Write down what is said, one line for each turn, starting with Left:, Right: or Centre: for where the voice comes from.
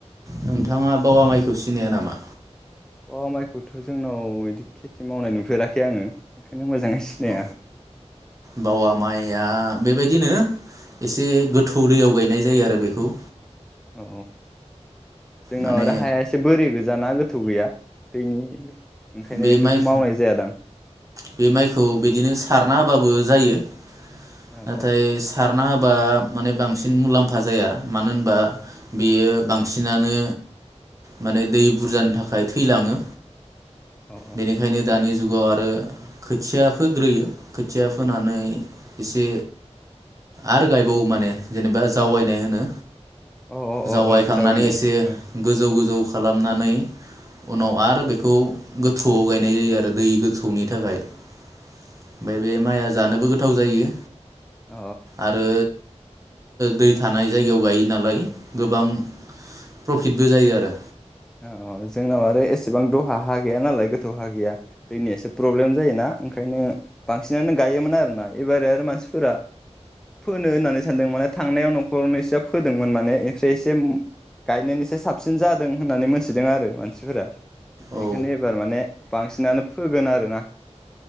Right: नोंथाङा बावा माइखौ सिनाया नामा
Centre: बावा माइखौथ' जोंनाव बिदि खेथि मावनाय नुफेराखै आङो ओंखायनो मोजाङै सिनाया
Right: औ बावा माइया बेबायदिनो एसे गोथौ दैयाव गायनाय जायो आरो बेखौ
Centre: औ जोंनाव
Right: माने
Centre: आरो हाया एसे बोरि गोजाना गोथौ गैया दैनि ओंखायनो
Right: बे
Centre: बेफोरखौ
Right: माइ
Centre: मावनाय जायादां
Right: बे माइखौ बिदिनो सारना होबाबो जायो नाथाय
Centre: औ
Right: सारना होबा माने बांसिन मुलाम्फा जाया मानो होनबा बेयो बांसिनानो माने दै बुरजानि थाखाय थैलाङो
Centre: औ
Right: बेनिखायनो दानि जुगाव आरो खोथिया फोग्रोयो खोथिया फोनानै एसे आरो गायबावो माने जेनेबा जावैनाय होनो
Centre: औ औ औ
Right: जावायखांनानै
Centre: ओं जावैनाय
Right: एसे
Centre: ओं
Right: गोजौ गोजौ खालामनानै उनाव आरो बे गोथौआव गायनाय जायो आरो दै गोथौनि थाखाय ओमफ्राय बे माइआ जानोबो गोथाव जायो
Centre: अ
Right: आरो दै थानाय जायगायाव गायो नालाय गोबां प्रफिटबो जायो आरो
Centre: अ जोंनाव आरो एसेबां दहा हा गैया नालाय गोथौ हा गैया दैनि एसे प्रब्लेम जायोना ओंखायनो बांसिनानो गायोमोन आरोना एबारै आरो मानसिफोरा फोनो होननानै सानदों माने थांनायाव न'खरावनो एस फोदोंमोन माने ओमफ्राय एसे गायनायनिसाय साबसिन जादों होननानै मोनथिदों आरो मानसिफोरा बेनिखायनो
Right: औ
Centre: एबार माने बांसिनानो फोगोन आरोना